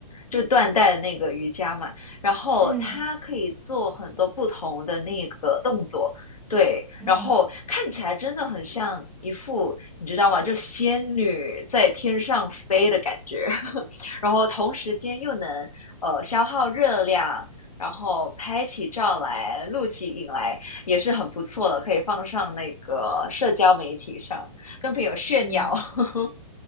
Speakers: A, on the left; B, in the centre.
A: 就断带的那个瑜伽嘛，然后他可以做很多不同的那个动作，
B: 嗯
A: 对，
B: 嗯
A: 然后看起来真的很像一副你知道吗？就仙女在天上飞的感觉，<laughs> 然后同时间又能呃消耗热量，然后拍起照来、录起影来也是很不错的，可以放上那个社交媒体上跟朋友炫耀。
B: 嗯。
A: <laughs>